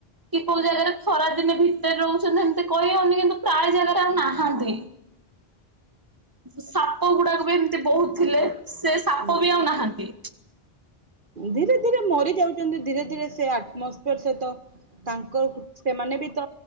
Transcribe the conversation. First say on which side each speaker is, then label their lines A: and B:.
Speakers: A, on the right; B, on the right.
A: କି କୋଉ ଜାଗାରେ ଖରା ଦିନେ ଭି ଭିତରେ ରହୁଛନ୍ତି ଏମିତି କହିହଉନି କିନ୍ତୁ ପ୍ରାୟ ଜାଗାରେ ଆଉ ନାହାନ୍ତି। ସାପ ଗୁଡାକ ବି ଏମିତି ବହୁତ ଥିଲେ। ସେ ସାପ
B: ହୁଁ।
A: ବି ଆଉ ନାହାନ୍ତି।
B: ଧୀରେ ଧୀରେ ମରି ଯାଉଛନ୍ତି ଧୀରେ। ଧୀରେ ସେ ଆଟମୋସ୍ଫିୟର ସହିତ ତାଙ୍କର ସେମାନେ ବି ତ